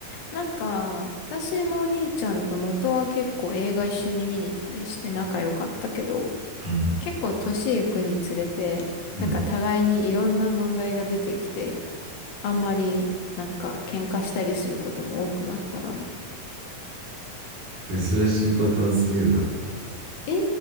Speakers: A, on the left; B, on the right.
A: なんか、私もお兄ちゃんと元は結構映画一緒に見に行ったりして仲良かったけど、
B: うん。
A: 結構年いくにつれて、
B: うん。
A: なんか互いにいろんな問題が出てきて、あんまりなんか喧嘩したりすることも多くなったな。
B: 珍しいパターンすぎるだろ。
A: えー、